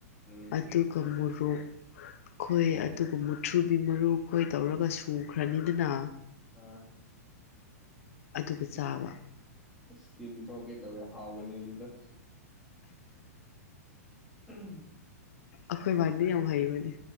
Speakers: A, in the centre; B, on the left (about 55°).
A: ꯎꯝ
B: ꯑꯗꯨꯒ ꯃꯣꯔꯣꯛ ꯈꯣꯏ ꯑꯗꯨꯒ ꯃꯨꯊ꯭ꯔꯨꯕꯤ ꯃꯔꯨ ꯈꯣꯏ ꯇꯧꯔꯒ ꯁꯨꯈ꯭ꯔꯅꯤꯗꯅ
A: ꯑꯥ
B: ꯑꯗꯨꯒ ꯆꯥꯕ
A: ꯑꯁ ꯇꯤꯟ ꯊꯣꯛꯀꯦ ꯇꯧꯋꯦ ꯍꯥꯎꯒꯅꯤ ꯑꯗꯨꯗ ꯎꯝ
B: ꯑꯩꯈꯣꯏꯕꯥꯗꯤ ꯌꯥꯝ ꯍꯩꯕꯅꯤ